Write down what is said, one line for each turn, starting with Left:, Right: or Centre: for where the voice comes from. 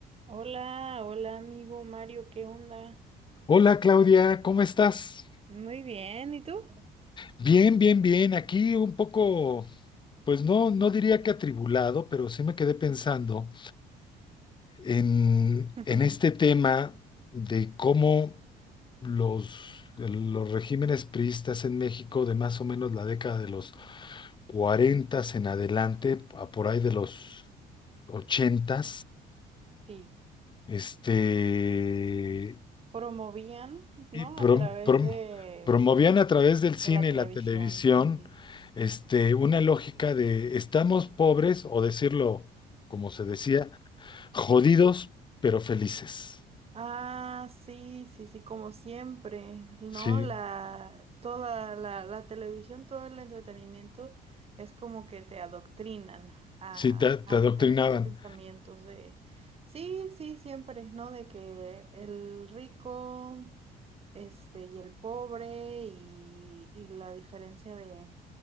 Right: Hola, hola amigo Mario, ¿qué onda?
Left: Hola Claudia, ¿cómo estás?
Right: Muy bien, ¿y tú?
Left: Bien, bien, bien. Aquí un poco, pues no, no diría que atribulado, pero sí me quedé pensando en,
Right: <laughs>
Left: en este tema de cómo los, los regímenes priistas en México de más o menos la década de los 40 en adelante, a por ahí de los 80,
Right: Sí,
Left: este,
Right: promovían, ¿no?
Left: y prom-
Right: A través
Left: prom-
Right: de,
Left: promovían a través del cine
Right: de la televisión.
Left: y la televisión
Right: Ujú.
Left: este, una lógica de estamos pobres, o decirlo como se decía, jodidos pero felices.
Right: Ah, sí, sí, sí, como siempre, ¿no?
Left: Sí,
Right: La, toda la, la televisión, todo el entretenimiento es como que te adoctrinan a,
Left: sí, te, te
Right: a
Left: adoctrinaban.
Right: tener tus pensamientos de, sí, sí, siempre, ¿no? De que el rico... este, y el pobre, y, y la diferencia de,